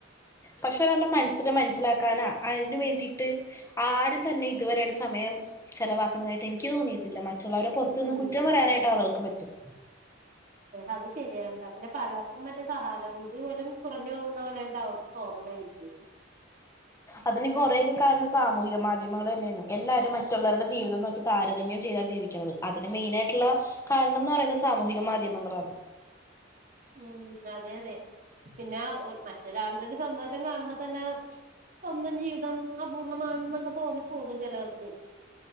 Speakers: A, on the left; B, on the right.
A: പക്ഷെ ഒരാളുടെ മനസ്സില് മനസ്സിലാക്കാന അതിന് വേണ്ടിട്ട് ആരും തന്നെ ഇതുവരെയിട്ട് സമയം ചെലവാക്കണതായിട്ട് എനിക്ക് തോന്നിയിട്ടില്ല മറ്റ ള്ളവരെ നിന്ന്
B: ഉം
A: കുറ്റം പറയാനട്ട് ആൾക്ക് പറ്റും. ത്തി
B: അത് ശരിയാണ്ട. പിന്നെ പലർക്കും മറ്റേ സഹാനഭൂതി പോലും കുറഞ്ഞു പോകുന്ന പോലെയ തോന്നണ എനിക്ക്
A: അതിന് കൊറെയക്കെ കാരണം സാമൂഹികമാധ്യ ദ്ധ്യമങ്ങൾ തന്നെയാണ് എല്ലാരും മറ്റുള്ളരുടെ ജീവിതം നോക്കി താരതമ്യം ചെയ്താ ജീവിക്കുന്നത് അതിന് മെയിന ആയിട്ടുള്ള കാരണം എന്ന് പറയുന്നത് സാമൂഹിക മാധ്യമങ്ങളാണ്
B: ഉം അ അതെ അതെ പിന്നെ മറ്റൊരാളുടെ ഒരു സന്തോഷ കാണുമ്പോ തന്നെ സ്വന്തം ജീവിതം അപൂർണമാണെന്നൊക്കെ തോന്നിപ്പോകും ചിലവർക്ക്